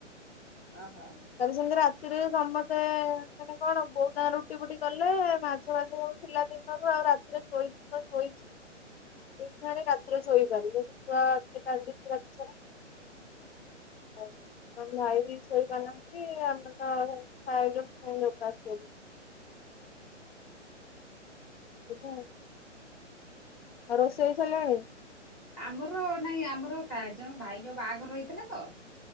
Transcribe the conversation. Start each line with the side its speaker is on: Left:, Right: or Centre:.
Centre: ଓହୋ।
Left: କାଲି ସେମିତି ରାତିରେ ସମତେ ମାନେ କଣ ବୋଉ ତାଙ୍କର ରୁଟି ଫୁଟି କଲେ ମାଛ ଫାଛ ସବୁ ଥିଲା ଦିନରୁ ଆଉ ରା ରେ ଶୋଇଛି ତ ଶୋଇଛି। ଦିନରେ ରାତିରେ ଶୋଇପାରୁନି ସେ ଛୁଆ ଖାଲି କାନ୍ଦୁଛି ରାତି ସାରା। ହଉ ତମ ଭାଇ ବି ଶୋଇପାରୁନାହାନ୍ତି ଆମେ ତ ଖାଇଲୁ ସେମତି ଓପାସ ଶୋଇଲୁ। ଏଇତ ଆଉ ଆଉ ରୋଷେଇ ସଇଲାଣି?
Centre: ଆମର ନାଇଁ ଆମର କା ଯୋଉ ଭାଇଙ୍କ ବାହାଘର ହେଇଥିଲା ତ